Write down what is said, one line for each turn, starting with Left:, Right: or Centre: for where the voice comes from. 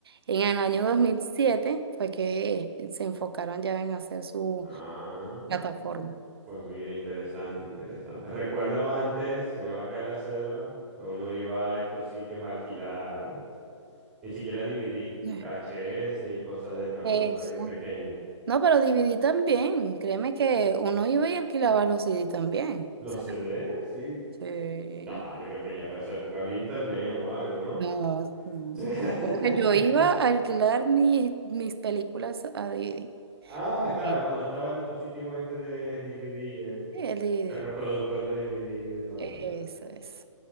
Right: En el año 2007 fue que se enfocaron ya en hacer su
Centre: Ah,
Right: plataforma.
Centre: pues mira, interesante, interesante. Recuerdo antes, se me va a caer la cédula, pues uno iba a estos sitios a alquilar, ni siquiera DVD,
Right: Eh.
Centre: VHS y cosas de estas, me
Right: Eso.
Centre: acuerdo que estaba yo pequeño.
Right: No, pero DVD también. Créeme que uno iba y alquilaba los CD también.
Centre: ¿Los
Right: O sea,
Centre: CD? Sí.
Right: sí.
Centre: No, yo creo que ya para esa época había internet o algo, ¿no?
Right: No, mm,
Centre: Sí. <laughs>
Right: Me acuerdo que yo iba a alquilar mis, mis películas a DVD.
Centre: Ah, claro,
Right: sí.
Centre: cuando estaba el dispositivo este de DVD, el,
Right: Sí, El DVD.
Centre: el reproductor de DVD de toda
Right: Eso
Centre: la vida.
Right: es.